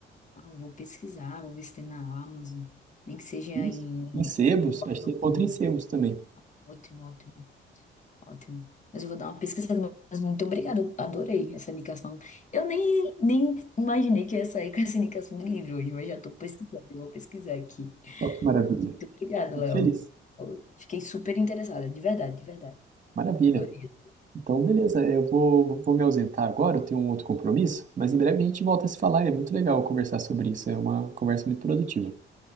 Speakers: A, on the left; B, on the right.
A: Ah, Vou pesquisar, vou ver se tem na Amazon. Nem que seja
B: Isso.
A: em.
B: Em sebos,
A: coloca
B: acho que
A: no
B: você encontra
A: Kindle.
B: em sebos também.
A: Ótimo, ótimo, ótimo. Mas eu vou dar uma pesquisada. Mas muito obrigada, eu adorei essa indicação. Eu nem, nem imaginei que eu ia sair com essa indicação de livro hoje, mas já estou pesquisando, eu vou pesquisar aqui.
B: Olha que maravilha.
A: Mas Muito obrigada,
B: Fico
A: Léo.
B: feliz.
A: Eu Fiquei super interessada, de verdade, de verdade.
B: Maravilha.
A: Adorei.
B: Então, beleza, eu vou, vou me ausentar agora, eu tenho um outro compromisso, mas em breve a gente volta a se falar, é muito legal conversar sobre isso, é uma conversa muito produtiva.